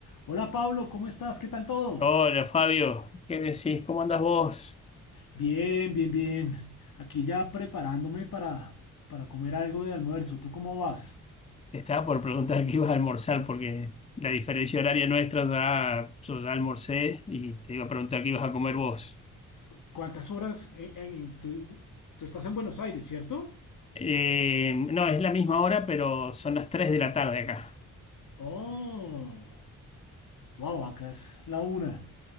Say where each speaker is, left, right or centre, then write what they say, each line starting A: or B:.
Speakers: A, on the left; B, on the left.
A: Hola Pablo, ¿cómo estás? ¿Qué tal todo?
B: Hola Fabio, ¿qué decís? ¿Cómo andás vos?
A: Bien, bien, bien. Aquí ya preparándome para, para comer algo de almuerzo. ¿Tú cómo vas?
B: Te estaba por preguntar qué ibas a almorzar porque la diferencia horaria nuestra ya, yo ya almorcé y te iba a preguntar qué ibas a comer vos.
A: ¿Cuántas horas? eh, eh, tú, tú estás en Buenos Aires, ¿cierto?
B: Eh, no, es la misma hora, pero son las 3 de la tarde acá.
A: Oh, wow, acá es la una.